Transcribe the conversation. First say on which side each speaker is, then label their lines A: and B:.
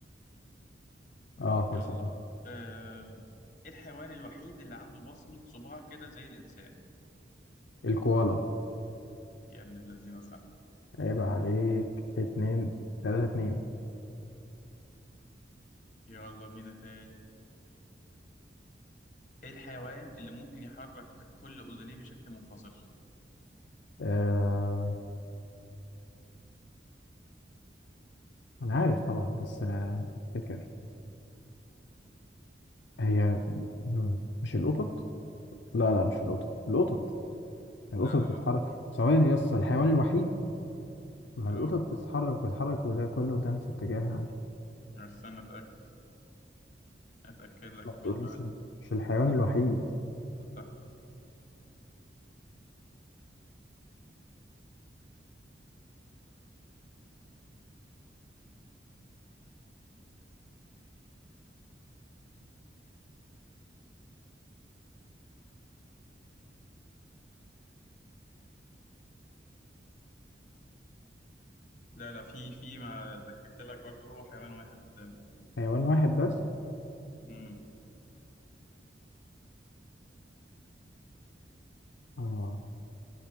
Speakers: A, on the left (about 75°); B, on the left (about 45°).
A: اه احنا
B: يلا
A: سهل
B: آه، ايه الحيوان الوحيد اللي عنده بصمة صباع كده زي الإنسان
A: الكوالا
B: يا ابن الذين صح
A: عيب عليك اتنين تلاتة اتنين
B: يلا بينا تاني ايه الحيوان اللي ممكن يحرك كل أذنيه بشكل منفصل
A: آه أنا عارف طبعا بس أنا بفتكر هي مم. مش القطط لا لا مش القطط القطط القطط
B: لا
A: بتتحرك
B: لا لا لا
A: ثواني يا اسطى الحيوان الوحيد ما القطط
B: اه
A: بتتحرك بتتحرك وده كله ده في اتجاه عادي
B: استنى أتأكد أتأكد لك
A: ما تقولش
B: من المعلومة
A: مش الحيوان الوحيد
B: صح يعني. لا لا في في ما اتأكدت لك برضه هو حيوان واحد قدامي
A: حيوان واحد بس
B: امم
A: آه